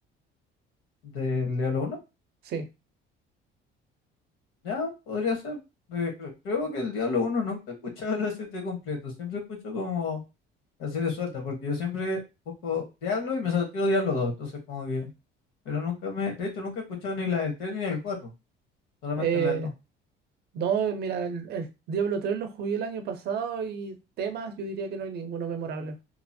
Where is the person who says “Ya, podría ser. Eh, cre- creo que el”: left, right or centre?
Left